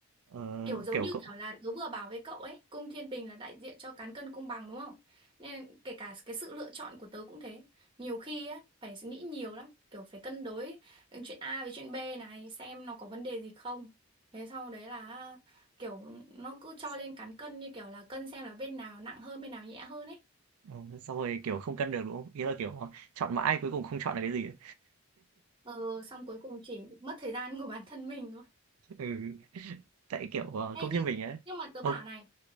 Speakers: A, on the right; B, on the right.
A: Ờ,
B: Kiểu giống
A: kiểu,
B: như
A: cậu
B: kiểu là tớ vừa bảo với cậu ấy, cung thiên bình là đại diện cho cán cân công bằng đúng không? Nên kể cả cái sự lựa chọn của tớ cũng thế. Nhiều khi ấy, phải nghĩ nhiều lắm, kiểu phải cân đối chuyện A với chuyện B này, xem nó có vấn đề gì không. Thế sau đấy là kiểu nó cứ cho
A: s
B: lên cán cân như kiểu là cân xem là bên nào nặng hơn, bên nào nhẹ hơn ấy.
A: ờ, xong rồi, kiểu, không cân được, đúng không? Ý là, kiểu, chọn mãi cuối cùng không chọn được cái gì ấy.
B: Ờ, xong cuối cùng chỉ mất thời gian của bản thân mình thôi.
A: Ừ, tại, kiểu, ờ,
B: Ê,
A: cung
B: nhưng
A: thiên bình ấy
B: nhưng mà tớ
A: ờ.
B: bảo này